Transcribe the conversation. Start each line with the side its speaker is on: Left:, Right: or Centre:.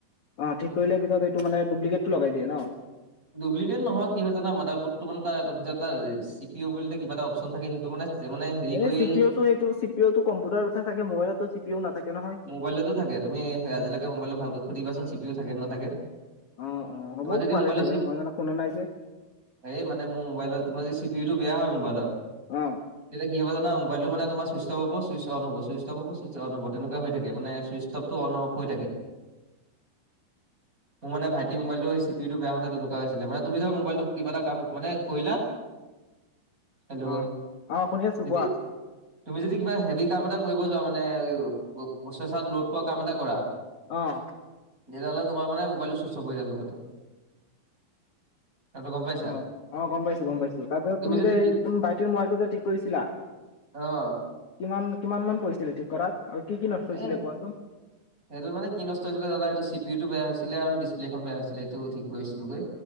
Left: অ' ঠিক কৰিলে পিছত এইটো মানে দোপলিকেটটো লগাই দিয়ে ন।
Right: ডুপ্লিকেট নহয় কি হয় জান মাদাৰ বুডটো মানে ত ভিতৰত চি কিবা এটা অপশন থাকে সেইটো মানে মানে হেৰি
Left: এই
Right: কৰি
Left: চি পিও টো এইটো চি োম্পউটাৰততে থাকে মোবাইলতো চিও নথাকে নহয়।
Right: মোবাইলো থাকে। তুমি আজিলৈকে মোবাইলটো ভালকৈ সুধিবাচোন চিও থাকে, নাথাকে।
Left: অ' অ' হ'বও
Right: তোমাৰ যদি
Left: পাৰে
Right: মোবাইলৰ
Left: চাগে
Right: চি
Left: মই মানে শুনা নাই যে।
Right: এই মানে মোৰ মোবাইলৰ তোমাৰ চিপিওটো বেয়া হয় মোবাইলৰ,
Left: অ
Right: তে কি হব জানা মোবলটো মানে তোমা চোইচফ হ'ব ছূইচ অন' ছুইচফ হ'ব ছইচ অন হ'ব তেনেকৈ হৈ থাকোনে ছইচ উ্তৱটো অন অফ হৈ থাকে।
Left: <inaudible>
Right: মোৰ মানে ভাইটি মোবাইলটো চি পিওটো বেয়া হওতে হৈছিলে মানে, তুমি যোৱা মোবাইলত কিবা এ কাম মানে কৰিলা। হেল্ল'
Left: অ অ শুনি
Right: <unintelligible>
Left: আছো কোৱা
Right: তুমি যদি কিবা হেভি কাম এটা কৰিব যোৱা মানে, প্ৰচেছত ল'ড পোৱা কাম এটা কৰা
Left: অ'।
Right: তেতিয়াহ'লে তোমাৰ মান মোবাইলটো চুইচ অফ হৈ যায় লগতে। কথাটো গম পাইছা?
Left: অ', অ', গম পাইছোঁ, গম পাইছোঁ। তাৰপিছত তুমি
Right: যদি
Left: যে
Right: কি
Left: এই ভাইটিৰ মোবাইলটো যে ঠিক কৰিছিলা
Right: অ'।
Left: কিমান, কিমান মান পৰিছিলে ঠিক কৰাত আৰু কি, কি নষ্ট হৈছিলে
Right: এ
Left: কোৱাচোন?
Right: সেইটো মানে কি নষ্ট হৈছিলে দাদা, সেইটো চি পি উ টো বেয়া হৈছিলে আৰু ডিচপ্লেখন বেয়া হৈছিলে এইটো ঠিক কৰিছিলোগৈ।